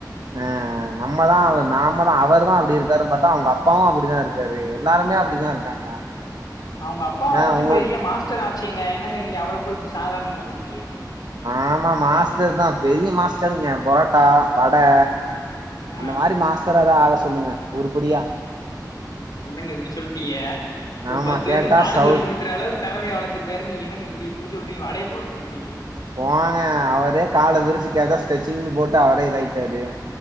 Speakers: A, on the right (about 70°); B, on the left (about 70°).
A: ஆ நம்மதா அவர் நாமதா அவருதா அப்டி இருக்காருன்னு பாத்தா அவங்க அப்பாவு அப்பிடிதா இருக்காரு எ ல்லாருமே அப்டிதா இருக்காங்க
B: அவங்க அப்பா வந்துட்டு
A: ஆ உங்களுக்கு
B: பெரிய மாஸ்டர் ஆ ங்க என்னங்க நீங்க அவரை போய்ப் இப்படி சாதாரணமா சொல்
A: ஆமா மாஸ்டர் தான் பெரிய மாஸ்டர் சரிங்க பரோட்டா தான் வடை
B: ம் ஆ
A: அந்த மாதிரி மாஸ்தராதான் ஆளு சொல்லுங்க அப்படியா
B: என்னங்க எப்படி சொல்லிட்டீங்க ஒரு
A: ஆமா
B: பத்து பேரத்துக்கு
A: கேட்டா
B: பாடம்
A: சவுல்
B: சொல்லி கொடுக்குற அளவுக்கு வள்த்திருக்காரு நீ என்னங்க இப்ப இப்படி சொல்றீங்க அடையசொல்
A: போங்க அவரே கால விரிச்சுக்க ஏதோ ஸ்டெச்சிங்ன்னு போட்டு அவரே இதாயிட்டாரு